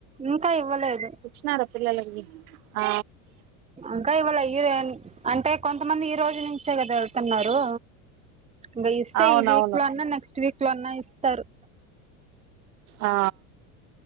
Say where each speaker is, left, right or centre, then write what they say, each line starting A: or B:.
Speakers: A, on the right (about 15°); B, on the right (about 85°).
A: ఇంకా ఇవ్వలేదు
B: ఇచ్చినారు పిల్లలకి ఆ
A: ఇంకా ఇవళ్ళే ఈ అంటే కొంతమంది ఈరోజు నుంచే కదా ఎళ్తున్నారు ఇంగ ఇస్తే
B: అవునవును
A: ఈవీక్లో అన్న నెక్స్ట్ వీక్లో అన్న ఇస్తారు
B: ఆ